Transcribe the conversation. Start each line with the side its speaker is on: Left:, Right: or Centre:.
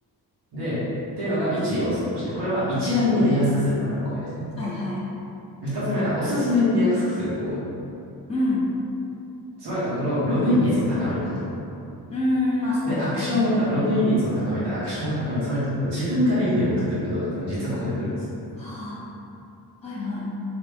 Right: で、っていうのが一要素として、これは一覧に出やすくするための行為ですね。
Left: はいはい。
Right: 二つ目は、おすすめに出やすくする行為。
Left: うん。
Right: つまりのところ、ログイン率を高めること。
Left: うーん、まあそうですね。
Right: で、アクションをた、ログイン率を高めて、アクションを高める。つまりのところ、自分からいいねを送ってるかどうかというのが実はここで来るんです。
Left: はあ。はいはい。